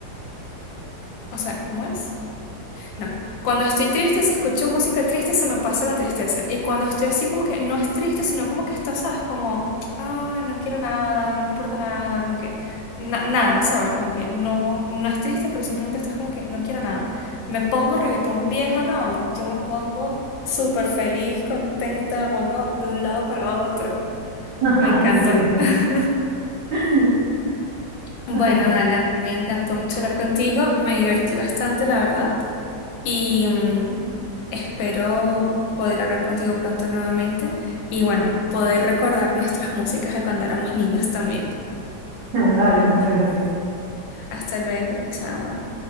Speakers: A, on the left; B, on the right.
A: o sea, ¿cómo es? No. Cuando estoy triste, si escucho música triste, se me pasa la tristeza. Y cuando estoy así, como que no es triste, sino como que está, ¿sabes? Como, ah, no quiero nada, no me importa nada, como que na- nada, ¿sabes? Como que no, no es triste, pero simplemente estás como que no quiero nada. Me pongo reggaetón viejo, no. Yo me pongo súper feliz, contenta, me pongo de un lado para otro.
B: <laughs>
A: Me encanta.
B: sí.
A: <laughs>
B: <laughs>
A: Bueno,
B: Ay,
A: Dana, me encantó mucho hablar contigo. Me divertí bastante, la verdad. y mm, espero poder hablar contigo pronto nuevamente y bueno, poder recordar nuestras <laughs> músicas de cuando éramos niños también.
B: <laughs> dale, muchas gracias.
A: Hasta luego, chao.